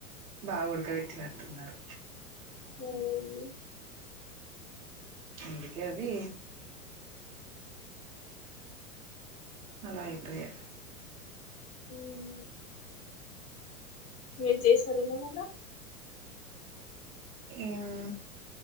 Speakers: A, on the right; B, on the left.
A: బాగ ఉడకబెట్టినట్టున్నారు
B: ఏం లేదండి
A: అందుకే అవి అలా అయిపోయాయి
B: ఉహు మీరు చేశారా ఏమైనా అలా
A: ఇమ్